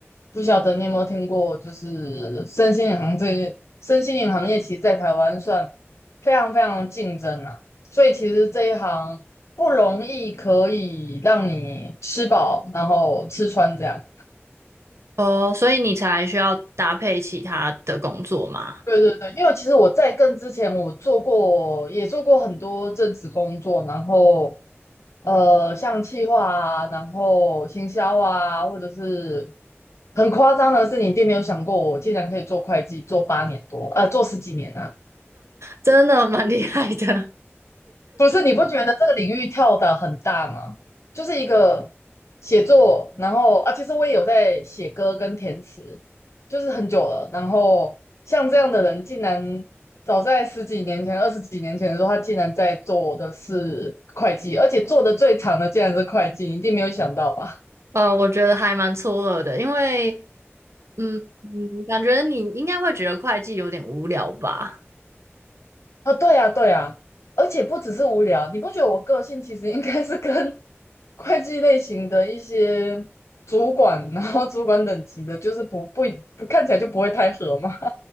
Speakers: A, on the left; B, on the right.
A: 不晓得你有没有听过，就是身心灵行这身心灵行业其实在台湾算非常非常竞争啊，所以其实这一行不容易可以让你吃饱，然后吃穿这样。
B: 哦，所以你才需要搭配其他的工作吗？
A: 对对对，因为其实我在更之前，我做过也做过很多正职工作，然后呃，像企划啊，然后行销啊，或者是很夸张的是，你一定没有想过，我竟然可以做会计，做八年多，呃，做十几年啊。
B: 真的蛮厉害的。
A: 不是，你不觉得这个领域跳的很大吗？就是一个写作，然后啊，其实我也有在写歌跟填词，就是很久了。然后像这样的人，竟然早在十几年前、二十几年前的时候，他竟然在做的是会计，而且做的最长的竟然是会计，你一定没有想到吧？
B: 呃，我觉得还蛮错愕的，因为，嗯嗯，感觉你应该会觉得会计有点无聊吧？
A: 啊，对啊，对啊，而且不只是无聊，你不觉得我个性其实应该是跟 <laughs> 会计类型的一些主管，然后主管等级的，就是不不不看起来就不会太合嘛，